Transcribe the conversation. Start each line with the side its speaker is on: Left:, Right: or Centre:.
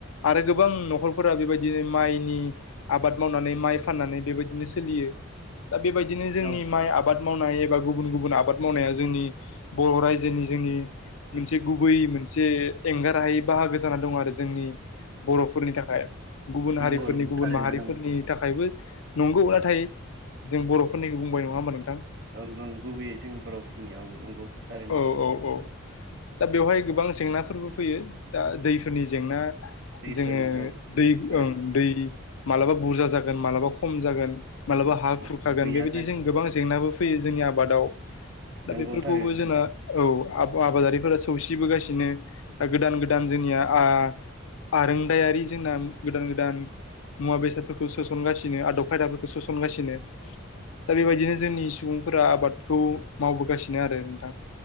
Left: आरो गोबां न'खरफोरा बेबायदिनो माइनि आबाद मावनानै माइ फाननानै बेबायदिनो सोलियो दा बेबायदिनो जोंनि
Right: औ
Left: माइ आबाद मावनाय एबा गुबुन-गुबुन आब आबाद मावनाया जोंनि बर' रायजोनि जोंनि मोनसे गुबै मोनसे एंगार हायै बाहागो जाना दं आरो जोंनि बर'फोरनि थाखाय गुबुन
Right: नंगौ
Left: हारिफोरनि
Right: नंगौ
Left: गुबुन
Right: थारैनो
Left: माहारिफोरनि
Right: नंगौ
Left: थाखायबो नंगौ नाथाय जों बर'फोरनिखौ बुंबाय नङा होनबा नों
Right: ओं ओं गुबैयै जोंनि बर'फोरनियाव औ नंगौ थारैनो
Left: औ औ औ दा
Right: औ
Left: बेवहाय गोबां जेंना फोरबो फैयो दा दैफोरनि जेंना
Right: दैफोरनि
Left: जोङो
Right: औ
Left: दै
Right: थारैनो
Left: ओं दै मालाबा बुरजा जागोन मालाबा खम जागोन मालाबा हा
Right: औ
Left: खुरखागोन
Right: गैया
Left: बेबायदि
Right: जागोन
Left: जों गोबां जेंनाबो फैयो जोंनि आबादाव। दा
Right: नोंगौ
Left: बेफोरखौबो
Right: थारैनो।
Left: जोंना औ आब आबादारिफोरा सौसिबोगासिनो दा गोदान-गोदान जोंनिया आ आरोंदायारि जोंना गोदान-गोदान मुवा बेसादफोरखौ सोसनगासिनो आदब खायदाफोरखौ सोसनगासिनो । दा बेबायदिनो जोंनि सुबुंफोरा आबादखौ मावबोगासिनो आरो।